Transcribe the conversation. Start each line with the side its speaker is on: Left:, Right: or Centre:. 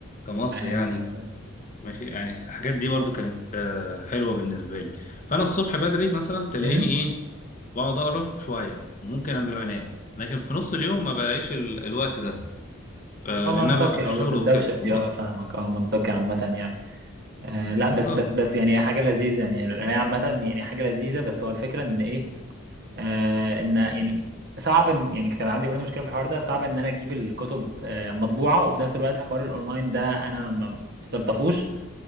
Left: كمصر
Right: ايوه
Left: يعني
Right: ايوه ايوه
Left: ماشي يعني الحاجات دي برضو كانت آه حلوه بالنسبه لي فانا الصبح بدري مثلا تلاقيني
Right: امم
Left: ايه بقعد اقرا شويه وممكن قبل ما انام لكن في نص اليوم ما بلاقيش ال... الوقت ده ف- لان
Right: ما منطقي
Left: انا ببقى في
Right: اه
Left: الشغل
Right: وسط الدوشة
Left: وكده
Right: دي
Left: اه
Right: اه فاهمك اه منطقي عامة يعني آه لا
Left: بالظبط
Right: بس بس بس يعني هي حاجة لذيذة يعني القراية عامة يعني حاجة لذيذة بس هو الفكرة ان ايه آه ان يعني صعب ان يعني كان عندي برضه مشكله في الحوار ده صعب ان انا اجيب الكتب آه مطبوعه وفي نفس الوقت حوار الاونلاين ده انا ما استلطفوش